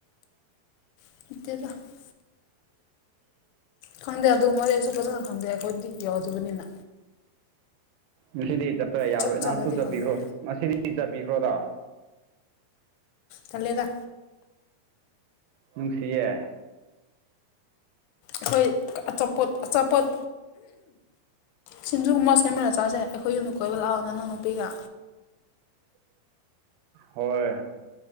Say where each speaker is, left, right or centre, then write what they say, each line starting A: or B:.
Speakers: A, on the left; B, on the right.
A: <unintelligible> ꯈꯪꯗꯦ ꯑꯗꯨꯒꯨꯝ ꯃꯗꯤ ꯑꯩꯁꯨ ꯐꯖꯅ ꯈꯪꯗꯦ ꯑꯩꯈꯣꯏꯗꯤ ꯌꯥꯎꯗꯕꯅꯤꯅ꯫
B: ꯉꯁꯤꯗꯤ ꯆꯠꯄ꯭ꯔ ꯌꯥꯔꯣꯏ
A: ꯆꯞ
B: ꯑꯦꯅꯥꯟꯁꯨ
A: ꯆꯥꯅꯗꯤ
B: ꯆꯠꯄꯤꯈ꯭ꯔꯣ
A: ꯈꯪꯗꯦ
B: ꯉꯁꯤꯗꯤ ꯆꯠꯄꯤꯈ꯭ꯔꯣꯗ,
A: ꯇꯜꯂꯦꯗ
B: ꯅꯨꯡꯁꯤꯌꯦ꯫
A: ꯑꯩꯈꯣꯏ, ꯑꯆꯥꯄꯣꯠ ꯑꯆꯥꯄꯣꯠ ꯁꯤꯡꯖꯨꯒꯨꯝꯕ ꯁꯦꯝꯕꯅ ꯆꯥꯁꯦ ꯑꯩꯈꯣꯏ ꯌꯨꯝꯗ ꯀꯣꯏꯕ ꯂꯥꯛꯑꯣ ꯅꯅꯪ ꯅꯨꯄꯤꯒ
B: ꯍꯣꯏ